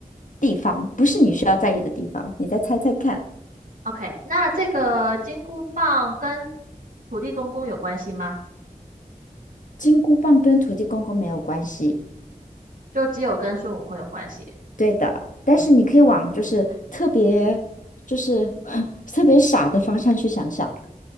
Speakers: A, on the left; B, on the right.
A: 地方，不是你需要在意的地方。你再猜猜看，
B: ？OK，那这个金箍棒跟土地公公有关系吗？
A: 金箍棒跟土地公公没有关系。
B: 就只有跟孙悟空有关系。
A: 对的，但是你可以往就是特别，就是 <laughs> 特别傻的方向去想想，